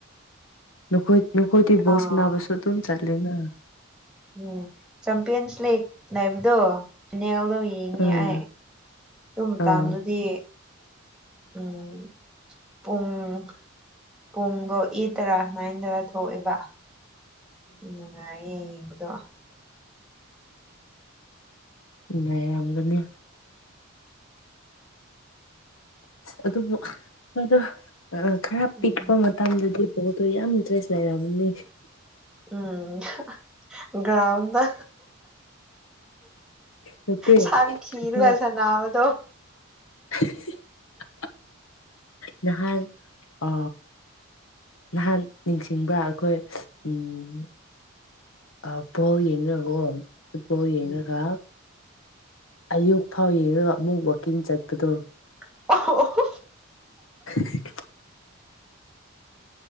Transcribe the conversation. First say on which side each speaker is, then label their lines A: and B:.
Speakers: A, on the left (about 75°); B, in the centre.
A: ꯅꯈꯣꯏ ꯅꯈꯣꯏꯗꯤ ꯕꯣꯜ
B: ꯑꯥ
A: ꯁꯥꯅꯕꯁꯨ ꯑꯗꯨꯝ ꯆꯠꯂꯦꯅ
B: ꯎꯝ ꯆꯝꯄꯤꯌꯟꯁ ꯂꯤꯒ ꯂꯩꯕꯗꯣ ꯐꯤꯅꯦꯜꯗ ꯌꯦꯡ ꯉꯦ
A: ꯑꯥ
B: ꯑꯩ ꯑꯗꯨ ꯃꯇꯝꯗꯨꯗꯤ
A: ꯑꯥ
B: ꯎꯝ ꯄꯨꯡ ꯄꯨꯡꯗꯣ ꯑꯦꯠ ꯇꯔꯥ ꯅꯥꯏꯟ ꯇꯔꯥ ꯊꯣꯛꯑꯦꯕ ꯎꯝ ꯅꯨꯡꯉꯥꯏꯌꯦ ꯌꯦꯡꯕꯗꯣ
A: ꯅꯩꯔꯝꯒꯅꯤ ꯑꯗꯨꯕꯨ ꯍꯣꯏꯗ ꯈꯔ
B: ꯎꯝ
A: ꯄꯤꯛꯄ ꯃꯇꯝꯗꯗꯤ ꯑꯣꯗꯣ ꯌꯥꯝ ꯏꯟꯗ꯭ꯔꯦꯁ ꯂꯩꯔꯝꯅꯤ
B: ꯎꯝ ꯒ꯭ꯔꯥꯎꯟꯗ
A: ꯅꯠꯇꯦ
B: ꯁꯟ ꯊꯤꯔꯒ
A: ꯑꯩꯈꯣꯏ
B: ꯁꯟꯅꯥꯕꯗꯣ
A: <unintelligible> ꯅꯍꯥꯟ ꯑ ꯅꯍꯥꯟ ꯅꯤꯡꯁꯤꯡꯕ꯭ꯔ ꯑꯩꯈꯣꯏ ꯎꯝ ꯑ ꯕꯣꯜ ꯌꯦꯉꯔꯒ ꯀꯣ ꯐꯨꯠꯕꯣꯜ ꯌꯦꯡꯉꯒ
B: ꯎꯝ
A: ꯑꯌꯨꯛ ꯐꯥꯎ ꯌꯦꯡꯉꯒ ꯑꯃꯨꯛ ꯋꯥꯛꯀꯤꯡ ꯆꯠꯄꯗꯣ
B: <unintelligible>
A: <unintelligible>